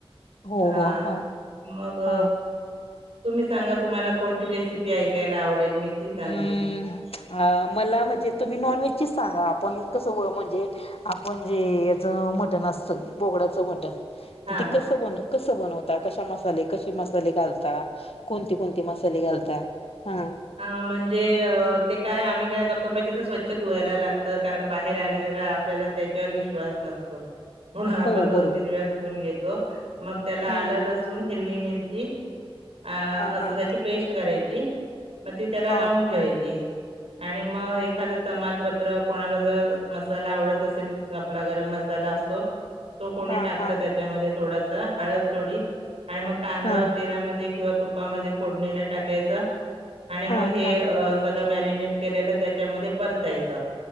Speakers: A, on the left; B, on the right.
A: हो
B: हा
A: हो हो
B: मग.
A: हा
B: तुम्ही सांगा तुम्हाला कोणती रेसिपी ऐकायला आवडेल मी ती सांगते.
A: अ मला म्हणजे तुम्ही नॉन व्हेजचीच सांगा आपण कसं हो म्हणजे. आपण जे याचं मटण असतं बोगडाचं मटण.
B: हां
A: तर ते कस ब कस बनवता कशा मसाले कसे मसाले घालता. कोणती कोणती मसाली घालता हां.
B: ह म्हणजे ते काय आम्ही काय करतो पहिले तर स्वच्छ धुवायला लागतं कारण बाहेर आणले आपल्याला त्याच्यावर विश्वास नसतो. म्हणून आपण
A: हो
B: दोन
A: बरोबर
B: तीन वेळा धुवून घेतो मग त्याला
A: हम्म
B: आल, लसूण, हिरवी मिरची. अ
A: हा
B: असं
A: हा
B: त्याची
A: हा
B: पेस्ट करायची मग ती त्याला
A: हा
B: लावून
A: हा
B: ठेवायची. आणि मग एखादं तमालपत्र कोणाला जर मसाला आवडत असेल, आपला गरम मसाला असतो तो कोणी
A: हा
B: टाकत
A: हा
B: त्याच्यामध्ये थोडासा हळद. थोडी आणि मग कांदा
A: हा
B: तेलामध्ये किंवा तुपामध्ये फोडणीला टाकायच. आणि मग
A: हा
B: हे
A: हा
B: सगळं मॅरिनेट केलेलं त्याच्यामध्ये परतायच.